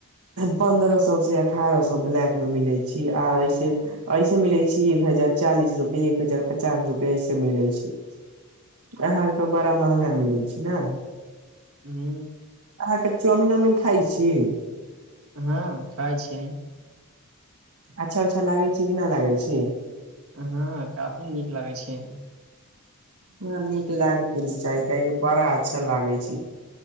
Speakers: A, on the right; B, on the right.
A: पन्द्रह सौ से अठारह सौ ब्लैक मे मिलै छै। आ ऐसे ऐसे मिलै छी एक हजार चालीस रुपए, एक हजार पचास रुपए ऐसे मिलै छै। अहाँ अरके बड़ा महंगा मिलै छै ने।
B: हू
A: अहाँके चाउमिन-उऊमिन खाइ छी। की?
B: हँ खाइ छियै।
A: अच्छा-उच्छा लागै छी कि ना लागै छी?
B: हँ काफी नीक लागै छै।
A: हं नीक लागे के न चाही। काहे कि बड़ा अच्छा लागे छै।